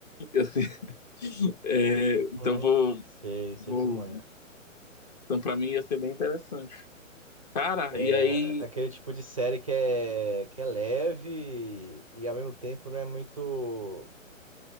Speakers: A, on the left (about 30°); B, on the right (about 25°).
A: E, assim, <laughs> é, então
B: Uhum.
A: vou,
B: Sei, sei
A: vou...
B: como é.
A: Então, pra mim ia ser bem interessante. Cara,
B: É
A: e aí...
B: aquele tipo de série que é, que é leve e ao mesmo tempo não é muito